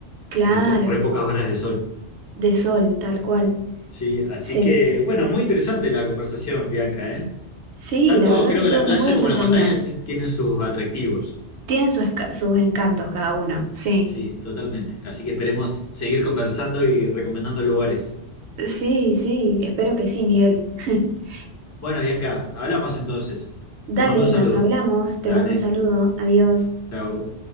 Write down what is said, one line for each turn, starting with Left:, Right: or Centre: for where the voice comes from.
Right: claro,
Left: Tenés po- re pocas horas de sol.
Right: de sol, tal cual,
Left: Sí, así
Right: sí,
Left: que, bueno, muy interesante la conversación, Bianca, ¿eh?
Right: sí,
Left: Tanto
Right: la verdad
Left: creo
Right: que estuvo
Left: que la
Right: muy
Left: playa
Right: entretenida.
Left: como la montaña ti- tienen sus atractivos.
Right: Tienen sus, esca- sus encantos cada uno, sí,
Left: Sí, totalmente. Así que esperemos seguir conversando y recomendando lugares.
Right: sí, sí, espero que sí, Miguel. <laughs>
Left: Bueno, Bianca, hablamos entonces.
Right: Dale,
Left: Te mando un saludo.
Right: nos hablamos,
Left: Dale,
Right: te mando un saludo, adiós.
Left: chao.